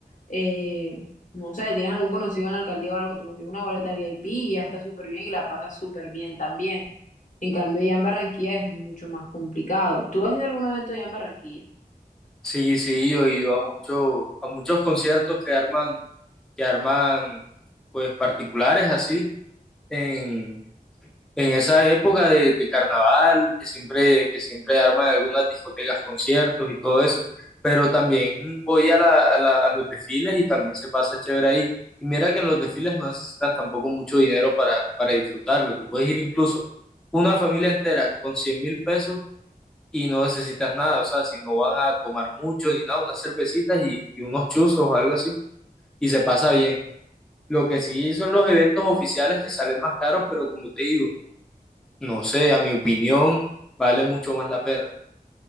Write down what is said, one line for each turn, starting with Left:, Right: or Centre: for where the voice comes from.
Left: eh, no sé, tienes algún conocido en la alcaldía o algo, te consigues una boleta VIP y ya está súper bien y la pasas súper bien también. En cambio, ya en Barranquilla es mucho más complicado. ¿Tú has ido a algún evento ya en Barranquilla?
Centre: Sí, sí, yo he ido a muchos, a muchos conciertos que arman, que arman, pues particulares así, en, En esa época de, de carnaval, que siempre, que siempre arman algunas discotecas, conciertos y todo eso, pero también voy a, la- a la- a los desfiles y también se pasa chévere ahí. Y mira que en los desfiles no necesitas tampoco mucho dinero para, para disfrutarlo. Tú puedes ir incluso una familia entera con cien mil pesos y no necesitas nada. O sea, si no van a tomar mucho ni nada, unas cervecitas y, y unos chuzos o algo así, y se pasa bien. Lo que sí son los eventos oficiales que salen más caros, pero como te digo, no sé, a mi opinión, vale mucho más la pena.